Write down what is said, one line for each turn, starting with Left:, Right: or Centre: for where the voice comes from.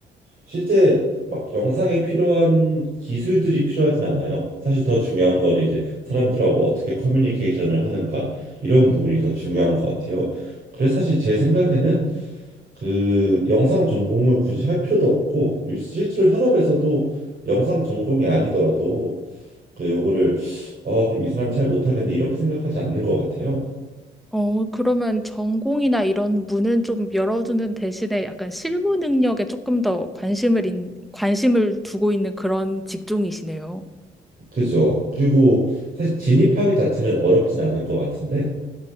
Right: 실제 막 영상에 필요한 기술들이 필요하진 않아요. 사실 더 중요한 거는 이제 사람들하고 어떻게 커뮤니케이션을 하는가 이런 부분이 더 중요한 것 같아요. 그래서 사실 제 생각에는 그 영상 전공을 굳이 할 필요도 없고 그리고 실제로 현업에서도 영상 전공이 아니더라도 그 요거를 아 그럼 이 사람이 잘 못하겠네 이렇게 생각하지 않는 것 같아요.
Centre: 어, 그러면 전공이나 이런 문은 좀 열어두는 대신에 약간 실무 능력에 조금 더 관심을, 인, 관심을 두고 있는 그런 직종이시네요.
Right: 그죠? 그리고 사실 진입하기 자체는 어렵진 않은 것 같은데